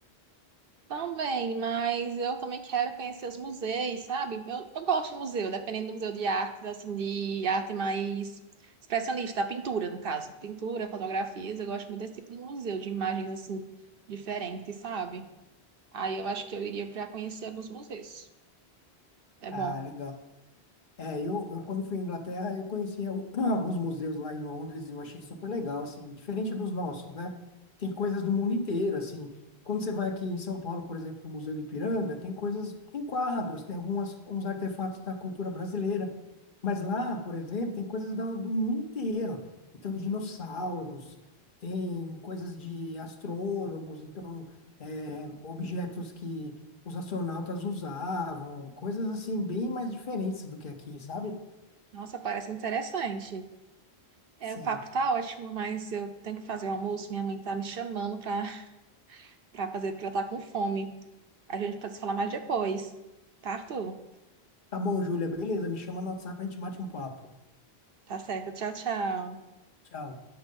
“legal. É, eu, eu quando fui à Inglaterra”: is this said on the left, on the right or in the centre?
Left